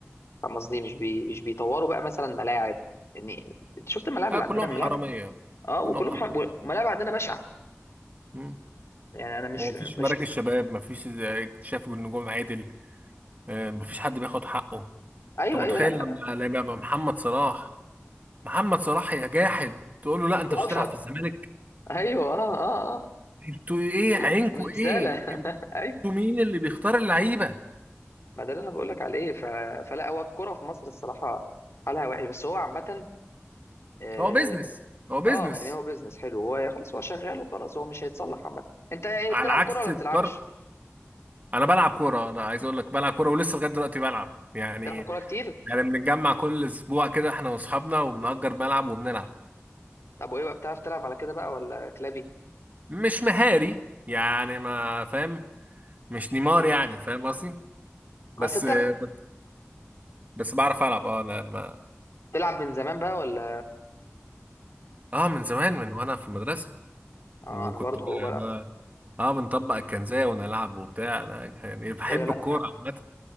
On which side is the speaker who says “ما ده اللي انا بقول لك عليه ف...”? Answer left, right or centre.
Left